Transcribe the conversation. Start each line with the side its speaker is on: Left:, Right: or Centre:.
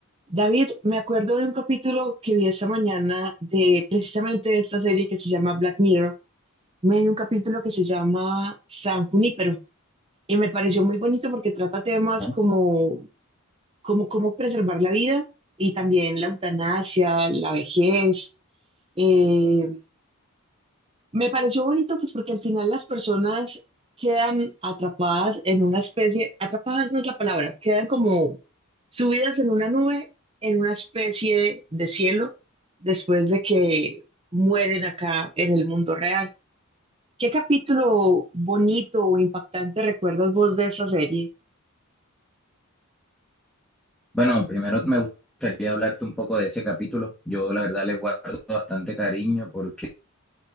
Right: David, me acuerdo de un capítulo que vi esta mañana de precisamente de esta serie que se llama Black Mirror. Me di un capítulo que se llama San Junípero y me pareció muy bonito porque trata temas
Centre: Ajá.
Right: como, como cómo preservar la vida y también la eutanasia, la vejez. eh, me pareció bonito, pues porque al final las personas quedan atrapadas en una especie, atrapadas no es la palabra, quedan como subidas en una nube, en una especie de cielo, después de que mueren acá en el mundo real. ¿Qué capítulo bonito o impactante recuerdas vos de esa serie?
Centre: Bueno, primero me gustaría hablarte un poco de ese capítulo. Yo la verdad le guardo bastante cariño porque